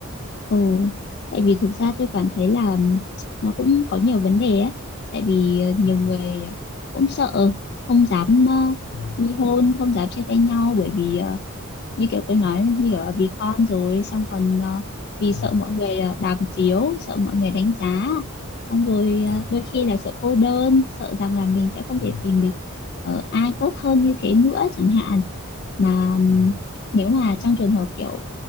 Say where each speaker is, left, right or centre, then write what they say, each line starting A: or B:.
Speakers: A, on the left (about 50°); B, on the left (about 80°).
A: ồ tại vì thực ra tôi cảm thấy là nó cũng có nhiều vấn đề ấy tại vì ờ, nhiều
B: ừ
A: người cũng sợ không dám ờ,
B: ừ
A: ly hôn không dám chia tay nhau bởi vì ờ, như kiểu tôi nói như kiểu là vì con rồi xong còn ờ, vì
B: ừ
A: sợ mọi người ờ, đàm tiếu sợ mọi người đánh giá xong rồi
B: à,
A: ờ, đôi khi là sợ cô đơn sợ rằng là mình sẽ không
B: ừ
A: thể tìm được ờ, ai tốt hơn như thế nữa chẳng hạn mà ừm,
B: ừ
A: nếu mà trong trường hợp kiểu